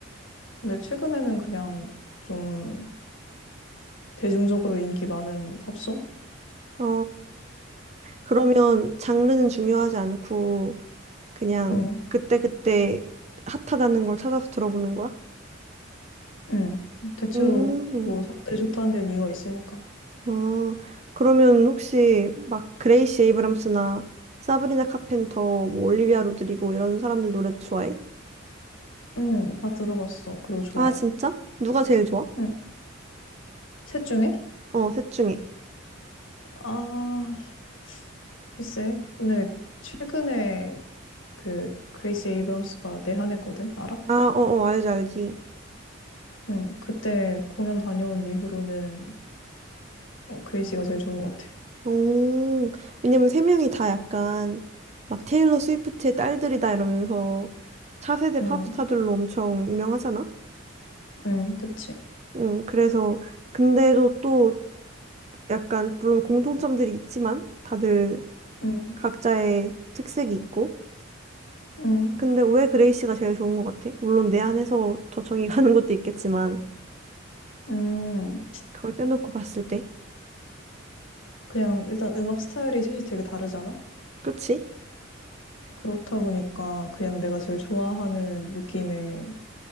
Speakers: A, on the left; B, on the right.
A: 근데 최근에는 그냥 좀 대중적으로 인기 많은 팝송?
B: 아, 그러면 장르는 중요하지 않고 그냥
A: 응,
B: 그때그때 핫하다는 걸 찾아서 들어보는 거야?
A: 응. 대체로
B: 음.
A: 뭐 사람들이 좋다는 데는 이유가 있으니까.
B: 아, 그러면 혹시 막 그레이시 에이브람스나 사브리나 카펜터, 뭐 올리비아 로드리고 이런 사람들 노래도 좋아해?
A: 응, 다 들어봤어. 그리고 좋아해.
B: 아, 진짜? 누가 제일 좋아?
A: 응. 셋 중에?
B: 어, 셋 중에.
A: 아, 글쎄. 근데 최근에 그 그레이시 에이브럼스가 내한했거든? 알아?
B: 아, 어어, 알지, 알지.
A: 응. 그때 공연 다녀온 이후로는 어, 그레이시가 제일 좋은 것 같아.
B: 오, 왜냐면 세 명이 다 약간 막 테일러 스위프트의 딸들이다 이러면서 차세대
A: 응.
B: 팝스타들로 엄청 유명하잖아?
A: 응, 그치.
B: 응, 그래서 근데도 또 약간 물론 공통점들이 있지만 다들
A: 응.
B: 각자의 특색이 있고
A: 응.
B: 근데 왜 그레이시가 제일 좋은 것 같아? 물론 내 안에서 저정이 가는 것도 있겠지만
A: 응.
B: 그걸 떼놓고 봤을 때,
A: 그냥 일단 음악 스타일이 셋이 되게 다르잖아?
B: 그치?
A: 그렇다 보니까 그냥 내가 제일 좋아하는 느낌의